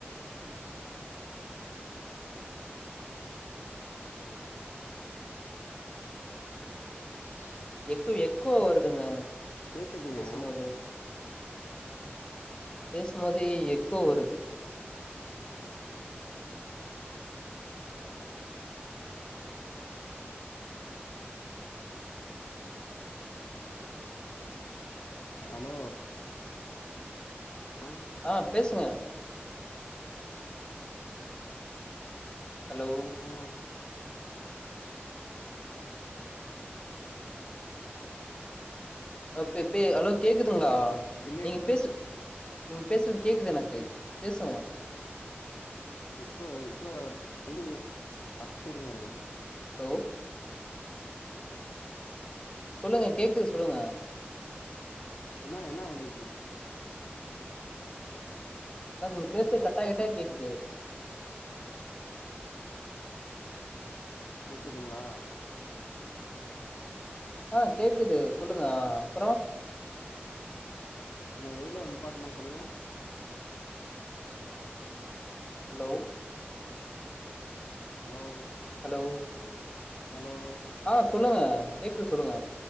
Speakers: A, on the left; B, on the left.
A: எங்க தங்கா ஹலோ கேக்குதா
B: எக்கு எக்கோ வருதுங்க
A: கேட்குதுங்க
B: பேசும்போது பேசும் போதே எக்கோ வருது
A: ஆ கேக்குதா நீங்க ஹலோ ஆ
B: ஆ பேசுங்க ஹலோ
A: ஆ
B: அப்பப்பே ஹலோ கேக்குதுங்ளா
A: டிலேட்
B: நீங்க பேசுறது நீங்க பேசுறது கேக்குது எனக்கு பேசுங்க
A: எக்கோ எக்கோ <inaudible> வந்து இங்கெ <inaudible> ஆச்சரியமாருக்கே
B: ஹலோ சொல்லுங்க கேக்குது சொல்லுங்க
A: என்னா என்னா பண்ணிட்ருக்கீங்க
B: சார் நீங்க பேசுறது கட்டாயி கட்டாயி கேக்குது
A: கேக்குதுங்ளா
B: ஆ கேக்குது சொல்லுங்க ஆ அப்றோ
A: இப்ப நா எதுல நிப்பாட்னே சொல்லுங்க
B: ஹலோ
A: ஹலோ
B: ஹலோ
A: ஹலோ
B: ஆ சொல்லுங்க கேக்குது சொல்லுங்க